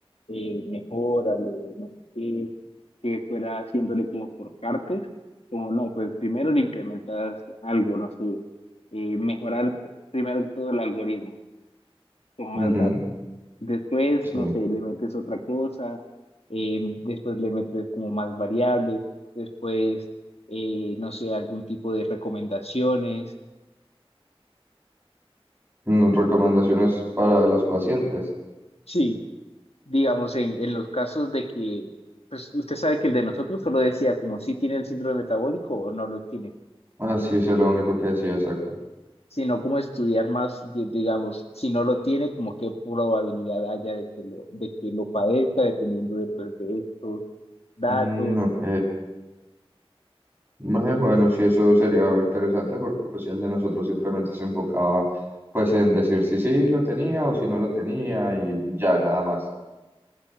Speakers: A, on the left; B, on the right.
A: eh, mejórale, no sé qué, que fuera haciéndole como por partes, como no, pues primero le implementas algo, no sé, eh, mejorar primero que todo el algoritmo, con
B: Ujú,
A: más datos Después,
B: sí.
A: no sé, le metes otra cosa, eh, después le metes como más variables, después, eh, no sé, algún tipo de recomendaciones.
B: Mm, Recomendaciones para los pacientes.
A: Sí, digamos, en, en los casos de que, pues usted sabe que el de nosotros solo decía como si tiene el síndrome metabólico o no lo tiene,
B: Ah, sí, eso es lo único que decía, exacto.
A: sino como estudiar más, di- digamos, si no lo tiene, como qué probabilidad haya de que lo, de que lo padezca, dependiendo de, pues, de estos datos
B: Mm, ok. Ve, Bueno, sí, eso sería interesante porque pues si el de nosotros simplemente se enfocaba pues en decir si sí lo tenía o si no lo tenía y ya nada más.